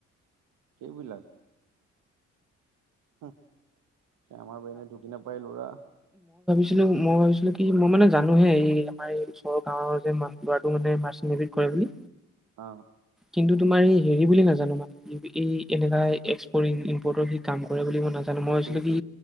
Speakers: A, on the right; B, in the centre.
A: সেই বিলাক। আমাৰ বেনে ঢুকি নাপায় ল'ৰা
B: কিন্তু মই ভাবিছিলো কি মই মানে জানোহে এই আমাৰ ওচৰ গাঁও ৱৰ যোন ল'ৰাটো মানে মাৰ্চিয়েল কৰে বুলি।
A: অ
B: কিন্তু তোমাৰ এই হেৰি বুলি নাজানো মানে। এই এনেকা এক্সপৰ্ট ইম্পৰ্টৰ সি কাম কৰে বুলি ম নাজানো মই ভাবিছিলো
A: সেইটো
B: কি